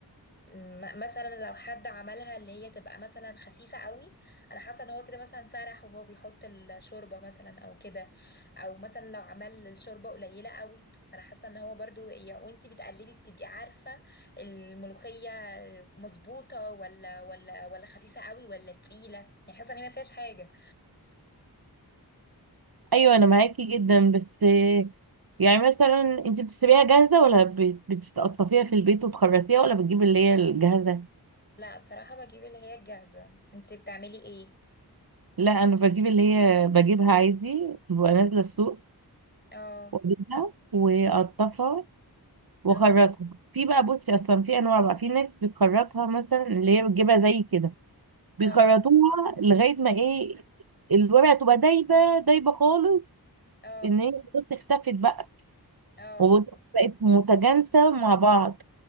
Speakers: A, on the left; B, on the right.
A: م- مثلا لو حد عملها اللي هي تبقى مثلا خفيفة قوي انا حاسة ان هو كده مثلا سرح وهو بيحط الشوربة مثلا او كده او مثلا لو عمل الشوربة قليلة قوي فانا حاسة ان هو برضو يا- وانتي بتقلبي بتبقي عارفة الملوخية مظبوطة ولا ولا ولا خفيفة قوي ولا تقيلة يعني حاسة ان هي ما فيهاش حاجة
B: ايوه انا معاكي جدا بس آه، يعني مثلا انت بتشتريها جاهزة ولا بت- بتقطفيها في البيت وتخرطيها ولا بتجيب اللي هي الجاهزة
A: لا بصراحة بجيب اللي هي الجاهزة انتي بتعملي ايه
B: لا انا بجيب اللي هي بجيبها عادي ببقى نازلة السوق
A: اه
B: واجيبها واقطفها واخرطها
A: اه
B: في بقى بصي اصلا في انواع بقى في ناس بتخرطها مثلا اللي هي بتجيبها زي كده بيخرطوها
A: اه
B: لغايه ما ايه الورقه تبقى دايبه دايبه خالص
A: اه
B: ان هي خلاص اختفت بقى
A: اه
B: وبقت متجانسه مع بعض